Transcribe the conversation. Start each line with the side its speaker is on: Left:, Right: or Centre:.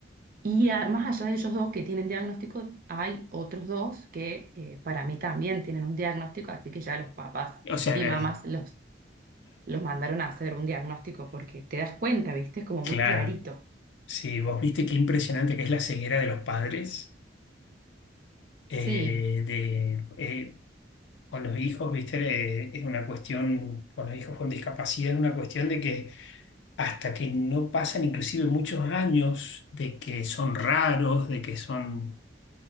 Right: Y a- más allá de ellos dos que tienen diagnósticos, hay otros dos que eh, para mí también tienen un diagnóstico, así que ya los papás
Left: O sea,
Right: y mamás los, los mandaron a hacer un diagnóstico porque te das cuenta, viste, es como
Left: claro.
Right: muy clarito.
Left: Sí, vos viste qué impresionante que es la ceguera de los padres eh,
Right: Sí,
Left: de, eh, con los hijos, viste, Eh, es una cuestión, con los hijos con discapacidad, es una cuestión de que hasta que no pasan inclusive muchos años de que son raros, de que son